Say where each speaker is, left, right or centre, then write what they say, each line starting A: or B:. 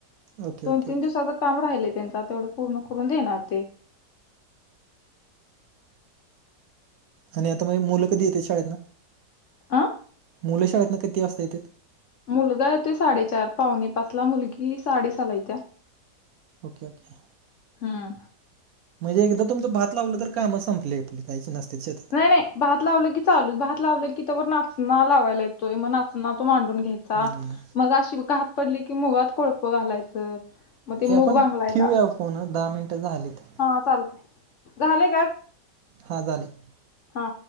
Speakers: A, on the right; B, on the left.
A: ओके.
B: तीन
A: ओके
B: दिवसाच काम राहिलय त्यांचा आता तेवढं पूर्ण करून देणार ते.
A: आणि आता माझी मुलं कधी येते शाळेतन?
B: आ?
A: मुले शाळेतन किती वाजता येतेत?
B: मुलगा येतोय साडेचार पावणे पाच, मुलगी साडेसहाला येत्या.
A: Okay okay.
B: हम्म.
A: म्हणजे एकदा तुमचं भात लावलं तर, काम संपले काहीच नसते शेतात.
B: नाही नाही, भात लावलं की चालूच भात लावलं की त्यावर नाचना लावायला येतोय मग नाचना तो मांडून घ्याय का?
A: हम्म.
B: मग अशी घात पडली की मुगात कोळप घालायचं. मग ते मूग
A: हे आपण
B: भांगलायचा
A: ठेवूया फोन दहा मिनटं झालेत
B: हा, चालतंय झाले का.
A: हा झाले.
B: हा.